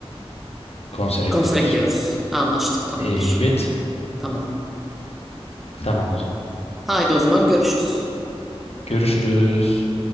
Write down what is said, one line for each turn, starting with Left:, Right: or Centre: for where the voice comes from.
Left: konsere
Centre: Konsere
Left: gidiyoruz.
Centre: gidiyoruz. Anlaştık, tamamdır.
Left: Evet.
Centre: Tamam.
Left: Tamam o zaman.
Centre: Haydi o zaman görüşürüz.
Left: Görüşürüz.